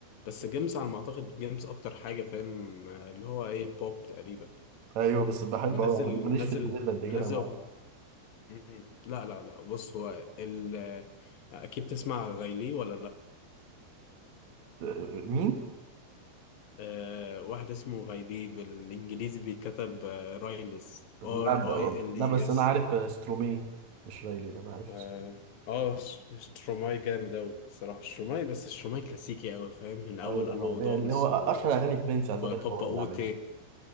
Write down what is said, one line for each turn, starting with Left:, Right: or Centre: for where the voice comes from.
Left: بس جيمس على ما اعتقد جيمس اكتر حاجه فاهم آه، اللي هو ايه بوب تقريبا
Right: ايوه بس بحبه
Left: منزل
Right: قوي ماليش
Left: منزل
Right: في الدريل قد كده
Left: منزل
Right: مع
Left: أغن- مم. لا لا لا بص هو ال آه، اكيد تسمع غايلي ولا لا
Right: آه، مين؟
Left: أه واحد اسمه غايلي بالانجليزي بيتكتب آه، رايلس
Right: لا
Left: ار
Right: ب...
Left: اي ال
Right: لا
Left: اي
Right: بس
Left: اس
Right: انا عارف آه، سترومي مش رايلي ده انا عارف
Left: اه آه، ش- شتروماي جامد اوي الصراحه شتروماي بس شتروماي كلاسيكي اوي فاهم من اول
Right: ايوه
Left: الو
Right: ده
Left: دانس
Right: اللي هو اشهر
Left: و
Right: اغاني فرنسي
Left: وبابا
Right: اعتقد هو
Left: اوتي
Right: اللي عاملها